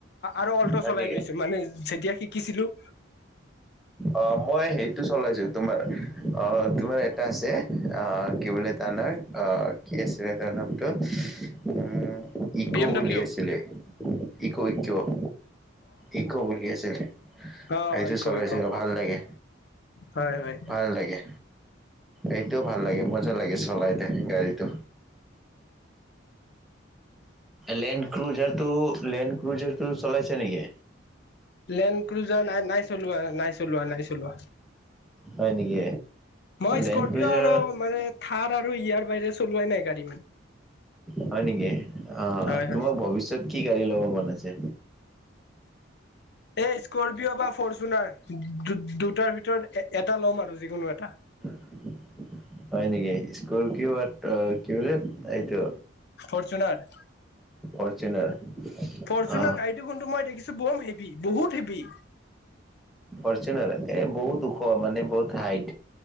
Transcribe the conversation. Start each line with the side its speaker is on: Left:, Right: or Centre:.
Left: আৰু অল্ট
Centre: হয়
Left: চলাই
Centre: নেকি
Left: পাইছো মানে যেতিয়া শিকিছিলো
Centre: অ মই সেইটো চলাইছো তোমাৰ অ তোমাৰ এটা আছে অ কি বোলে ানাৰ অ কি আছিলে তাৰ নামটো উম ইকো
Left: বি এম
Centre: বুলি
Left: ডাব্লিউ
Centre: আছিলে ইকো ইক' ইক বুলি আছিল
Left: অ
Centre: এইটো
Left: ইক
Centre: চলাইছিল
Left: ইক
Centre: ভাল লাগে
Left: হয় হয়
Centre: ভাল লাগে এইটোও ভাল লাগে মজা লাগে চলাইতে গাড়ীটো লেন ক্ৰুজাৰটো লেন ক্ৰুজটো চলাইছে নেকি
Left: লেন ক্ৰুজাৰ নাই নাই চলোৱা নাই চলোৱা নাই চলোৱা
Centre: হয় নেকি
Left: মই
Centre: লেণ্ড
Left: স্কপিঅ
Centre: ক্ৰুজাৰ
Left: আৰু মানে থাৰ আৰু ইয়াৰ বাহিৰে চলোৱাই নাই গাড়ী মানে
Centre: হয় নেকি আহ
Left: হয়
Centre: তোমাক
Left: হয়
Centre: ভৱিষ্যত কি গাড়ী লব মন আছে
Left: এই স্কপিঅ' বা ফৰচুনাৰ দুটাৰ ভিতৰত এটা ল'ম আৰু যিকোনো এটা
Centre: উ হয় নেকি স্কুল কি বড কি বুলিোলে এইটো
Left: ফৰ্চুনাৰ
Centre: ফৰ্চুনাৰ
Left: ফৰ্চুনাৰ
Centre: অ
Left: গাড়ীটো শুন্তু মই দেখিছো বৰম হেভি বহুত হেভি
Centre: অৰ্জনেল এ বহুত দুখ মানে বহুত হাইট